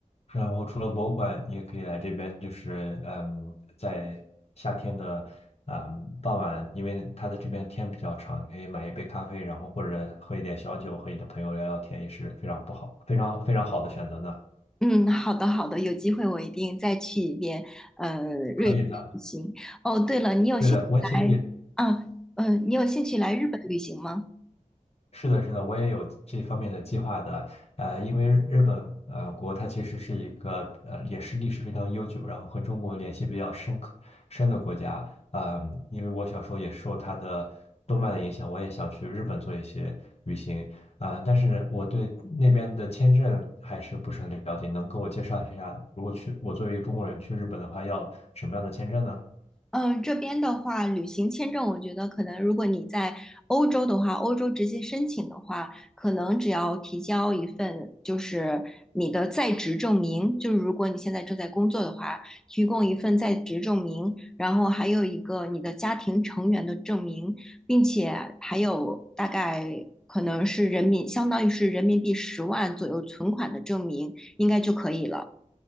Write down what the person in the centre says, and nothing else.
嗯，好的好的，有机会我一定再去一遍，呃，
瑞典旅行。哦，对了，你有兴趣来啊？
呃，你有兴趣来日本旅行吗？
嗯，这边的话，旅行签证，我觉得可能如果你在欧洲的话，欧洲直接申请的话，可能只要提交一份就是你的在职证明，就是如果你现在正在工作的话，提供一份在职证明，然后还有一个你的家庭成员的证明，并且还有大概可能是人民，相当于是人民币十万左右存款的证明，应该就可以了。